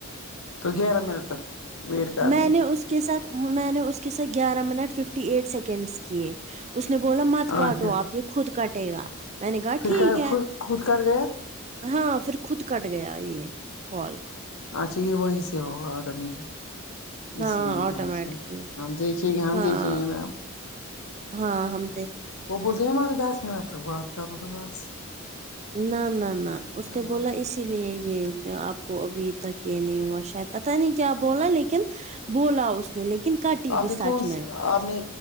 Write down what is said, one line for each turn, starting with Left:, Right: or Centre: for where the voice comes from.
Left: تو گیارہ منٹ تک ویٹ کرنے
Right: میں نے اس کے ساتھ میں نے اس کے ساتھ گیارہ منٹ ففٹی ایٹ سیکنڈس کیے اس نے بولا مت کاٹو
Left: اچھا
Right: آپ یہ خود کٹے گا میں نے کہا
Left: پھر
Right: ٹھیک
Left: کیا
Right: ہے
Left: پھر خود کر گیا
Right: ہاں پھر خود کٹ گیا یہ کال
Left: اچھا یہ وہی سے ہوگا رمی جی اس
Right: ہاں
Left: لیے
Right: آٹومیٹکلی
Left: اا ہم دیکھیے گے ہم
Right: ہاں
Left: دیکھیں گے نا آپ
Right: ہاں ہم دیکھ
Left: وہ بولتے ہیں نا اگر دس منٹ تک بات کروں تو بس
Right: نہ نہ نہ اس نے
Left: ایمن
Right: بولا اس اسی لیے یہ آپ کو ابھی تک یہ نہیں ہوا شاید پتا نہیں کیا بولا لیکن بولا اس نے لیکن کاٹی بھی
Left: آپ
Right: سچ
Left: نے کون
Right: میں
Left: آپ نے